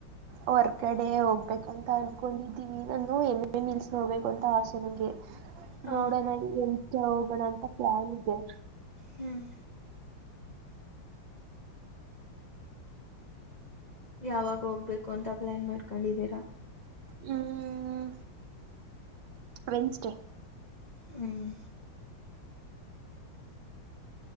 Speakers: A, on the right (about 70°); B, on the left (about 30°).
A: ಹೊರರ್ಗಡೆ ಹೋಗ್ಬೇಕಂತ ಅನ್ಕೊಂಡಿದ್ದೀವಿ ನಾನು ಎಮ್ಮೆ ನಿಲ್ಸ ಹೋಗಬೇಕು ಅಂತ ಆಸೆ ನಂಗೆ.
B: ಹ
A: ನೋಡೋಣ ಎಂತ ಹಣ ಅಂತ ಪ್ಲಾನ್ ಇದೆ.
B: ಹ್ಮ್. ಯಾವಾಗ ಹೋಗ್ಬೇಕು ಅಂತ. ಪ್ಲಾನ್ ಮಾಡ್ಕೊಂಡಿದ್ದೀರಾ.
A: ಹ್ಮ್ ವೆನ್ಸ್ಡೇ.
B: ಹ್ಮ್.